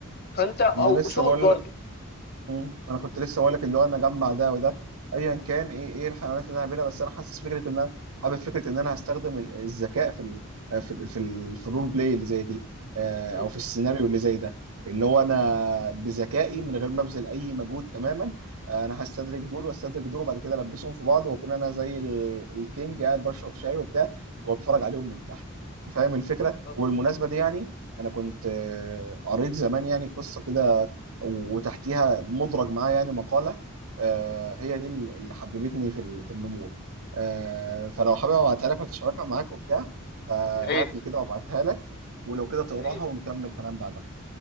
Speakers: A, on the left (about 45°); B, on the right (about 80°).
A: فانت
B: ما
A: او
B: انا لسه
A: اسود
B: بقول
A: برضو
B: مم. انا كنت لسه بقول لك اللي هو انا اجمع ده وده ايا كان ايه ايه الحيوانات اللي انا هعملها بس انا حاسس فكره ان انا حابب فكره ان انا هستخدم ال- الذكاء في ال في ال في, ال في الرول بلاي اللي زي دي آه،
A: مم.
B: او في السيناريو اللي زي ده اللي هو انا بذكائي من غير ما ابذل اي مجهود تماما آه، انا هستدرك دول واستدرك دول وبعد كده البسهم في بعض واكون انا زي ال- الكينج قاعد بشرب شاي وبتاع واتفرج عليهم من تحت فاهم الفكره
A: بالظبط.
B: وبالمناسبه دي يعني انا كنت آه، قريت زمان يعني قصه كده وتحتيها مدرج معاه يعني مقالة آه، هي دي اللي حببتني في ال- في النمور آه، فلو حابب ابعتها لك وتشاركها معاك وبتاع فهقفل
A: يا ريت
B: كده وابعتها لك ولو كده تقراها
A: يا ريت
B: ونكمل كلام بعدها